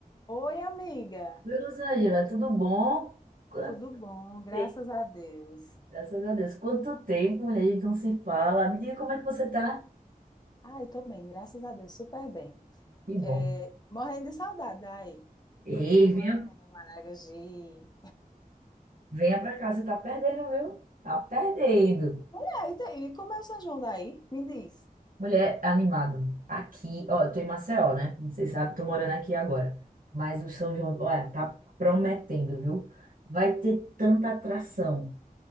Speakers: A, on the left; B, on the right.
A: Oi, amiga.
B: Oi, Rosângela, tudo bom? Quanto
A: Tudo bom? Graças
B: tempo?
A: a Deus.
B: Graças a Deus. Quanto tempo, mulher, a gente não se fala. Me diga como é que você tá?
A: Ai, tô bem, graças a Deus, super bem.
B: Que bom.
A: É, morrendo de saudade aí.
B: Ei,
A: Eu
B: venha,
A: amo Maragogi.
B: venha pra cá, você tá perdendo, viu? Tá perdendo.
A: Mulher, e daí? Como é o São João daí? Me diz.
B: Mulher, animado. Aqui, ó, eu tô em Maceió, né? Como Vocês sabem, tô morando aqui agora. Mas o São João, olha, tá prometendo, viu? Vai ter tanta atração.